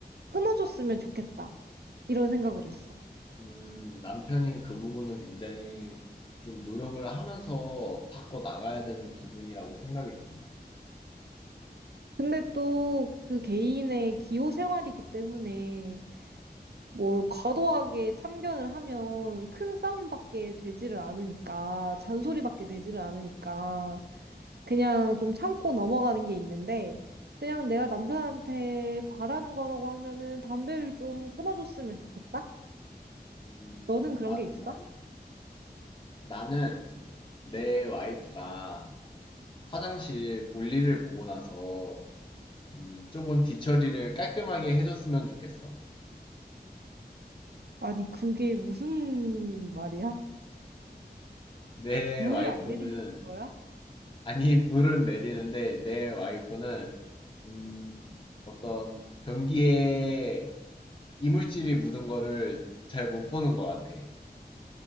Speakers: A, on the right; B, on the left.
A: 끊어줬으면 좋겠다. 이런 생각을 했어.
B: 음, 남편이 그 부분은 굉장히 좀 노력을 하면서 바꿔 나가야 되는 부분이라고 생각이 든다.
A: 근데 또 그 개인의 기호 생활이기 때문에 뭐 과도하게 참견을 하면 큰 싸움밖에 되지를 않으니까 잔소리밖에 되지를 않으니까 그냥 좀 참고 넘어가는 게 있는데 그냥 내가 남편한테 바라는 거라고 하면은 담배를 좀 끊어줬으면 좋겠다?
B: 음,
A: 너는 그런
B: 맞는
A: 게 있어?
B: 말이야. 나는 내 와이프가 화장실 볼일을 보고 나서 음, 조금 뒤처리를 깔끔하게 해줬으면 좋겠어.
A: 아니 그게 무슨 말이야?
B: 내
A: 물을
B: 와이프는
A: 안 내리시는 거야?
B: 아니, <laughs> 물을 내리는데 내 와이프는 음, 어떤 변기에 이물질이 묻은 거를 잘 못 보는 것 같아.